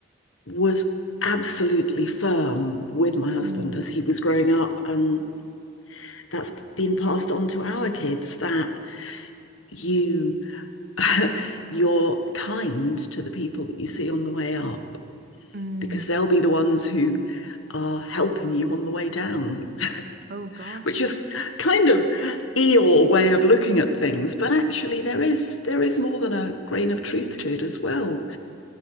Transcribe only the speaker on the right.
Mm,
mm.
Oh gosh.